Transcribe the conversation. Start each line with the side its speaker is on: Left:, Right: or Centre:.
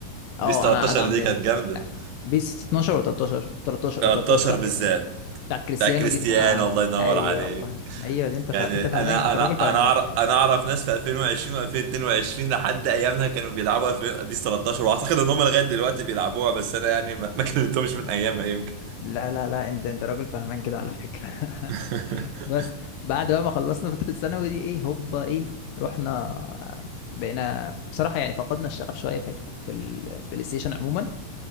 Left: اه
Right: بيس 13
Left: انا ادعم
Right: دي
Left: زيها
Right: كانت جامدة
Left: لا بيس 12 ولا 13 13
Right: 13
Left: او 13 بتاعت
Right: بالذات
Left: ك- بتاعت كريستيانو
Right: بتاع كريستيانو
Left: دي اللي كان ع-
Right: الله ينور
Left: ايوه
Right: عليك
Left: والله ايوه دي انت فا...
Right: يعني
Left: انت
Right: انا
Left: فاهمان انت
Right: انا
Left: راجل فاهمان
Right: انا اعرف
Left: على فكره
Right: انا اعرف ناس في 2020 و2022 لحد ايامها كانوا بيلعبوا في بيس 13 واعتقد ان هم لغايه دلوقتي بيلعبوها بس انا يعني ما, ما كلمتهمش من ايامها يمكن
Left: لا لا لا انت انت راجل فاهمان كده على فكره
Right: <laughs>
Left: <laughs> بس بعد بقى ما خلصنا فترة ثانوي دي ايه هوبا ايه رحنا بقينا بصراحة يعني فقدنا الشغف شوية في ال... في البلاي ستيشن عموما